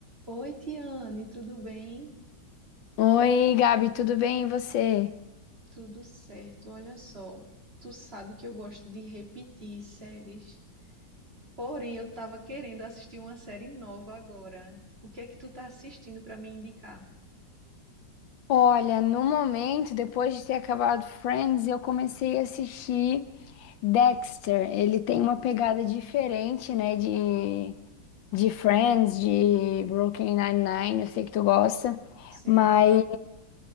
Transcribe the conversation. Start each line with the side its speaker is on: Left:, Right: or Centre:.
Right: Oi, Tiane, tudo bem?
Left: Oi, Gabi, tudo bem? E você?
Right: Tudo certo. Olha só, tu sabe que eu gosto de repetir séries. Porém, eu tava querendo assistir uma série nova agora. O que é que tu tá assistindo para me indicar?
Left: Olha, no momento, depois de ter acabado Friends, eu comecei a assistir Dexter. Ele tem uma pegada diferente, né, de, de Friends, de Brooklyn Nine-Nine, eu sei que tu gosta,
Right: Sim,
Left: mas